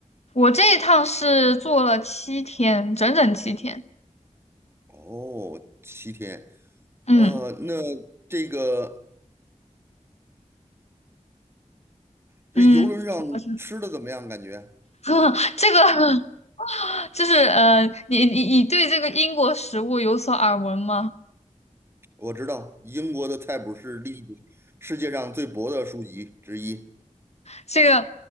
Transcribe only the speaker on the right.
哦，七天。
呃，那这个这游轮上吃的怎么样？
感觉
我知道英国的菜谱是历世界上最薄的书籍之一。